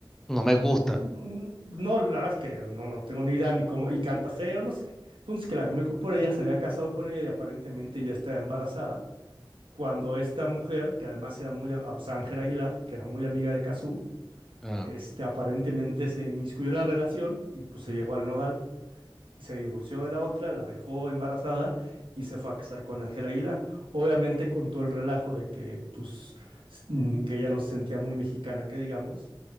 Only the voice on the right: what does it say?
Mm, No, la verdad es que no, no tengo ni idea ni cómo. Y canta feo, no sé. Entonces que la cambió por ella, se había casado con ella y aparentemente ya estaba embarazada. Cuando esta mujer, que además era muy, a- o sea, Ángela Aguilar, que era muy amiga de Cazzu,
Este, aparentemente se inmiscuyó en la relación y pues se llevó al nodal y se divorció de la otra, la dejó embarazada y se fue a casar con Ángel Aguilar. Obviamente con todo el relajo de que pues s- mm, que ella no se sentía muy mexicana, que digamos,